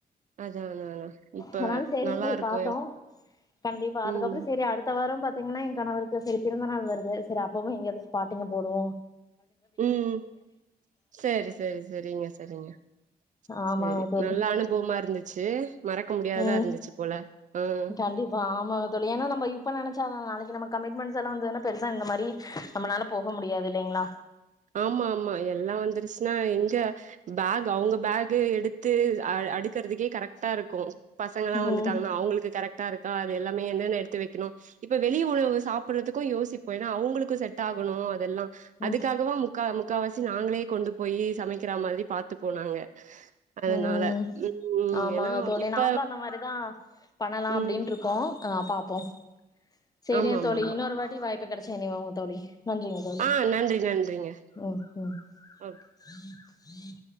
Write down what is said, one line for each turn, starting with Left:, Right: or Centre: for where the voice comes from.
Right: அதா அதாங்க இப்ப
Left: அதனால சேரினு
Right: நல்லாருக்கு
Left: போய் பாத்தோ கண்டிப்பா அதுக்கப்புறோ
Right: ம்
Left: சேரி அடுத்த வாரம் பாத். பாத்தீங்கன்னா என் கணவருக்கு செரி பிறந்த நாள் வருது சேரி அப்பமே எங்காவது ஸ்பாட்டிங்கா போவோ.
Right: உம் சேரி சேரி செரிங்க செரிங்க
Left: ஆமா
Right: சேரி
Left: தோழி
Right: நல்லா அனுபுவமா இருந்துச்சு க்கு முடியாதா
Left: ம்
Right: இருந்துச்சு போல ஆ
Left: கண்டிப்பா ஆமாங் தொழி ஏன்னா நம்ம இப்ப நனைச் ச்சாலு நாளைக்கு நம கமி்மெண்டஸ் எல்லா வந்துன்ன பெரிஷா இந்து மாரி நம்மனால போக முடியாது இல்லீங்ளா
Right: ஆமா ஆமா எல்லா வந்துருச்சுன்னா எங்க பேக் அவுங்க பேகு எடுத் த்து அ அடுக்குறதுக்கே கரெக்ட்டாருக்கு பசங்களல்லா
Left: ம்
Right: வந்துட்டாங்குன்னா அவுங்களுக் கரெக்ட் ட்டா இருக்கா அது எல்லாமே என்னென்னு எடுத்து வெக்குணு இப்ப வெளி உணவு சாப்புறதுக்கும் யோசிப்போ ஏன்னா அவுங்களுக்கு செட் ஆகுணு அதெல்லா அதுக்
Left: ம்
Right: முக்கா முக்காவாசி நாங்குளே கொண்டு போய் சமைக்கிற மாரி பாாரத்துப்போ நாங்க அதுனால
Left: ம்
Right: ஹிம்
Left: ஆமா
Right: ஏனா
Left: தோழி
Right: இப்ப
Left: நாங்களு அந்த மாரிதா பண்ணலா அப்டின்
Right: ம்
Left: இருக்கோ ஆஹ் பாப்போம் சேரிங்க
Right: ஆமா ஆமா
Left: தோழி
Right: ஆமா
Left: இன்னொரு வாட்டி வாய்ப் இப்ப கடைச்சா நீ வாங்கு தோழி நன்றிங்க தோழி
Right: ஆ நன்றி நன்றிங்க
Left: ம் ம் ம்
Right: ஓகே